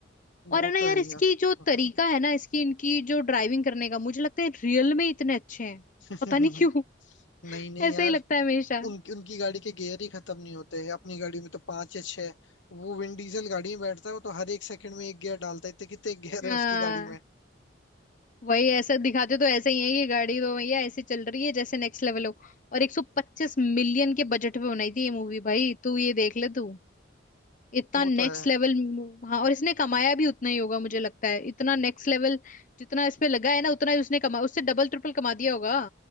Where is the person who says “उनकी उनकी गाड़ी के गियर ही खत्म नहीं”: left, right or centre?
Left